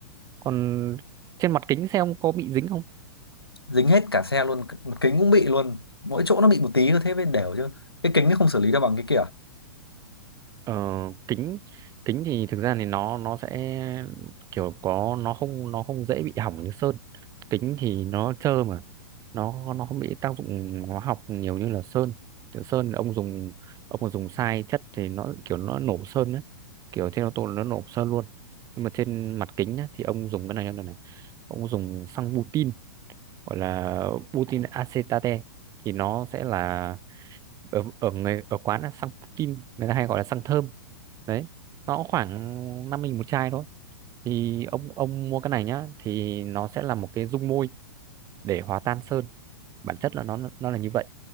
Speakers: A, on the right (about 30°); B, on the left (about 85°).
A: còn trên mặt kính xe ông có bị dính không
B: Dính hết cả xe luôn, một kính cũng bị luôn. Mỗi chỗ nó bị một tí thôi thế mới đều chứ. Cái kính nó không xử lý được bằng cái kia.
A: Ờ, kính kính thì thực ra thì nó nó sẽ kiểu có nó không nó không dễ bị hỏng như sơn kính thì nó trơ mà nó nó không bị tác dụng hóa học nhiều như là sơn kiểu sơn ông dùng ông mà dùng sai chất thì nó kiểu nó nổ sơn đấy kiểu trên ô tô nó nổ sơn luôn nhưng mà trên mặt kính á, thì ông dùng cái này như này này ông dùng xăng butin gọi là Putin acetate thì nó sẽ là ở ở người ở quán là xăng Putin người ta hay gọi là xăng thơm đấy nó cũng khoảng 5 nghìn một chai thôi thì ông ông mua cái này nhá thì nó sẽ là một cái dung môi để hòa tan sơn bản chất là nó nó là như vậy